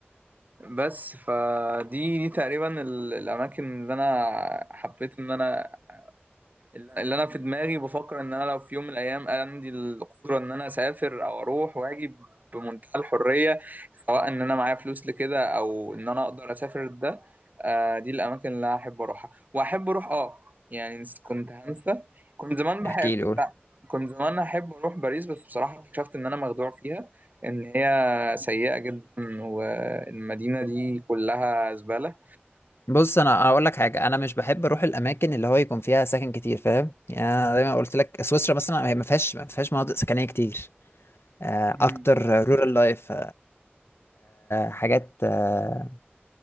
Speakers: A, on the right; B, on the left.
A: بس فدي دي تقريبا ال- الاماكن اللي انا حبيت ان انا اللي انا في دماغي بفكر ان انا لو في يوم من الايام عندي القدره ان انا اسافر او اروح واجي بمنتهى الحريه سواء ان انا معايا فلوس لكده او ان انا اقدر اسافر ده آه دي الاماكن اللي أنا احب اروحها واحب اروح اه يعني نس- كنت هنسى كنت زمان بحب
B: احكي لي
A: كنت
B: قول
A: كنت زمان احب اروح باريس بس بصراحه اكتشفت ان انا مخدوع فيها ان هي سيئه جدا والمدينه دي كلها زباله
B: بص انا اقول لك حاجة انا مش بحب اروح الاماكن اللي هو يكون فيها سكن كتير فاهم يعني انا دايما قلت لك سويسرا مثلا هي ما فيهاش ما فيهاش مناطق سكنية كتير آه،
A: مم.
B: اكتر رورال لايف حاجات آه،